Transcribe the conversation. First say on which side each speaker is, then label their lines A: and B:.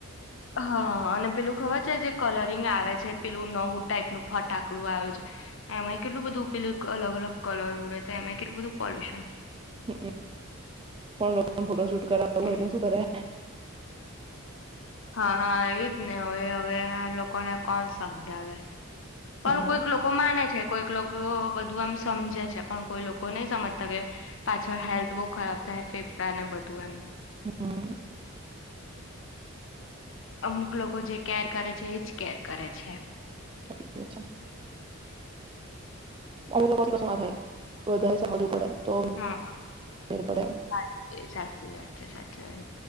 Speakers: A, on the left; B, on the right.
A: હા અને પેલું ખબર છે. જે કલરિંગ આવે છે પેલું નવું ટાઈપનુંું ફટાકડું આવ્યું છે. એમાં કેટલું, બધું પેલું અલગ અલગ. કલર ઉડે તો એમે કેટલું બધું પોલ્યુશન
B: હ કો લોકો ફોટો શૂટ કરાવવું
A: હમ
B: એટલે શું? કરે
A: હા એવીજ ને હવે હવે આ લોકોને કોણ સમજાવે પણ
B: હમ
A: કોઈક લોકો માને છે. કોઈક લોકો બધું એમ સમજે છે, પણ કોઈ, લોકો નહી સમજતા કે પાછળ હેલ્થ બહુ ખરાબ થાય ફેફડાને બધું એમ.
B: હમ
A: અમુક લોકો જે કેર કરે છે એ જ કેર કરે છે એમ
B: સાથી છે અમુ લોકોમાં થાય બધા સમજવું પડે. તો
A: હમ
B: મેર પડે
A: સાચી સાચી વાત છે સાચી